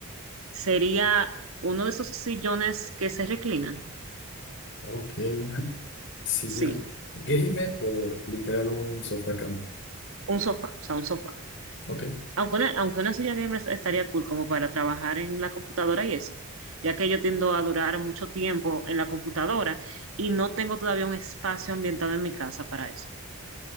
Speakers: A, on the right; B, on the left.
A: sería uno de esos sillones que se reclinan.
B: Ok, una silla
A: Sí,
B: gamer o literal un sofá cama.
A: un sofá, o sea, un sofá.
B: Ok,
A: Aunque una, aunque una silla gamer estaría cool como para trabajar en la computadora y eso, ya que yo tiendo a durar mucho tiempo en la computadora y no tengo todavía un espacio ambientado en mi casa para eso.